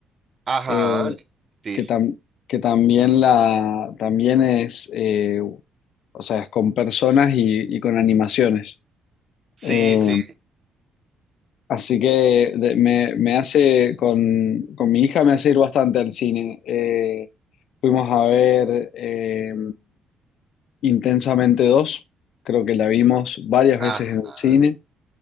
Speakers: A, on the right; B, on the left.
A: Ajá,
B: eh,
A: sí,
B: que, tam- que también, la, también es, eh, o sea, es con personas y, y con animaciones.
A: sí,
B: Eh,
A: sí,
B: Así que de- me, me hace, con, con mi hija me hace ir bastante al cine. Eh, fuimos a ver eh, Intensamente dos, creo que la vimos varias
A: ajá,
B: veces en el cine.